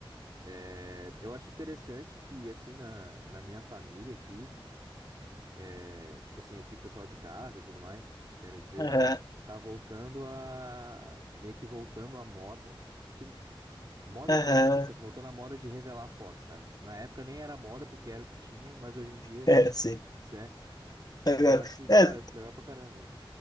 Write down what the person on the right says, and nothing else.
é, eu acho interessante que, assim, na, na minha família aqui, é, tipo assim, aqui o pessoal de casa e tudo mais, eu quero dizer,
tá voltando a, meio que voltando à moda. Que, moda
entre aspas, tipo assim, voltando à moda de revelar foto, sabe? Na época nem era moda porque era o que tinha, mas hoje em dia,
cê,
é, eu acho,
cara, eu acho legal pra caramba, velho.